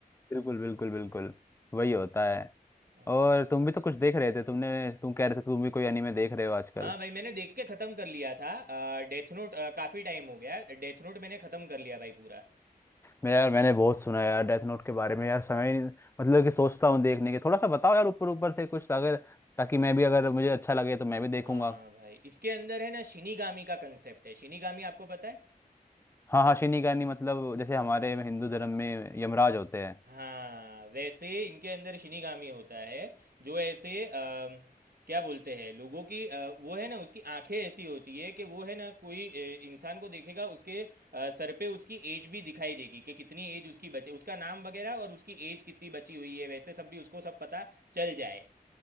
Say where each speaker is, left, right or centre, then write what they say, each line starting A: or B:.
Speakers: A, on the left (about 15°); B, on the right (about 75°).
A: बिल्कुल बिल्कुल बिल्कुल वही होता
B: हाँ
A: है
B: हाँ।
A: और तुम भी तो कुछ देख रहे थे तुमने तुम कह रहे थे तुम भी कोई एनीमे देख रहे हो आजकल
B: हाँ भाई मैंने देख के ख़त्म कर लिया था डेथ नोट काफ़ी टाइम हो गया डेथ नोट मैंने ख़त्म कर लिया भाई पूरा
A: मैं यार मैंने बहुत सुना है यार डेथ नोट के बारे में यार समय ही नहीं मतलब कि सोचता हूँ देखने के थोड़ा सा बताओ यार ऊपर ऊपर से कुछ अगर ताकि मैं भी अगर मुझे अच्छा लगे तो मैं भी देखूंगा
B: हाँ भाई इसके अंदर है ना शिनीगामी का कंसेप्ट है शिनीगामी आपको पता है
A: हाँ हाँ शिनिगानी मतलब जैसे हमारे हिंदू धर्म में यमराज होते हैं
B: हाँ वैसे इनके अंदर शिनिगामी होता है जो ऐसे अम, क्या बोलते हैं लोगों की अ, वो है ना उसकी आंखें ऐसी होती है कि वो है ना कोई अ, इंसान को देखेगा उसके अ, सर पे उसकी एज भी दिखाई देगी कि कितनी एज उसकी बचे उसका नाम वगैरह और उसकी एज कितनी बची हुई है वैसे सब भी उसको सब पता चल जाए